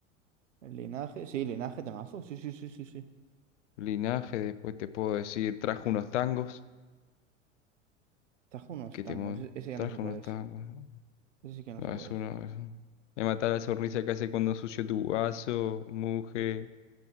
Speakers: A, on the right (about 75°); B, on the left (about 70°).
A: El linaje, sí, linaje temazo Sí, sí, sí, sí, sí.
B: Linaje, después te puedo decir, trajo unos tangos.
A: Trajo unos
B: Que
A: tangos.
B: te mon-
A: e- Ese ya
B: Trajo
A: no sé cuál
B: unos
A: es.
B: tangos. ¿no?
A: Ese sí que no
B: No,
A: sé cuál
B: es uno.
A: es.
B: Es uno. Me mata la sonrisa que hace cuando sucio tu vaso, mujer.